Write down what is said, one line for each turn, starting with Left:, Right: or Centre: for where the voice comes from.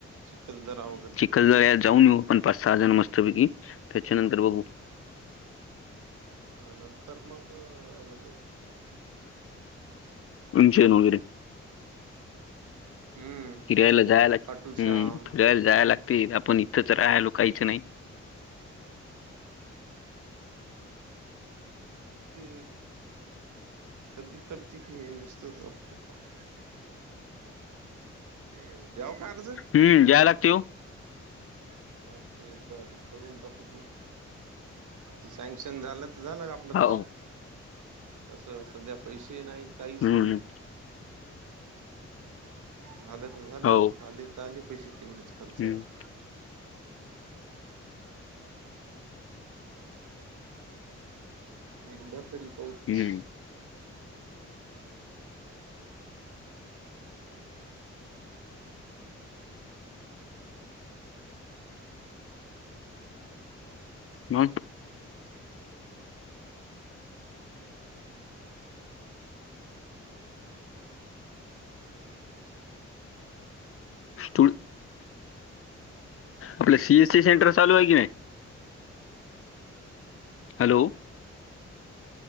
Right: चिखलदर वगैरे.
Left: खेळायला जाऊन येऊ पण पाच सहा जण मस्तपैकी त्याच्यानंतर बघू.
Right: हा नंतर मग याला जाऊ.
Left: ममषेनगररी <unintelligible>
Right: हम्म
Left: फिरायला जायला
Right: खाटू
Left: हम्म
Right: श्याम
Left: फिरायला जायला लागते आपण इथंच राहायलो काहीच नाही.
Right: ते कधी करते की हे नुसतंच आप काय ते देव खर्च.
Left: हम्म जाय लागते ओ.
Right: जाया लागते एकदा ते करून टाकू ते. सँक्शन झालं तर झालं आपलं
Left: हो
Right: काम तसं सध्या पैसे नाही काहीच
Left: हम्म
Right: नाही झालं तर झालं
Left: हो
Right: आली तर आले पैसे तेवढीच खर्च
Left: हम्म
Right: आला एकदा तरी पाहत
Left: हम्म. म तड आपलं सीएस सी सेंटर चालू आहे की नाही hello